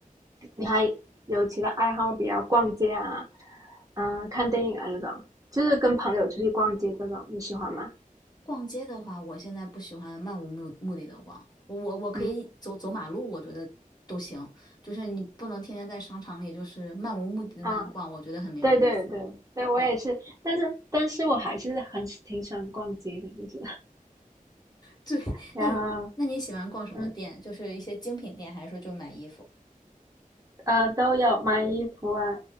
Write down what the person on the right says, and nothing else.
你还有其他爱好比如逛街啊，嗯、看电影啊这种，就是跟朋友出去逛街这种，你喜欢吗？
嗯
啊，
对对对对，我也是，
但是但是我还是很挺喜欢逛街的，就是
<laughs> 然后
嗯
呃都有买衣服啊，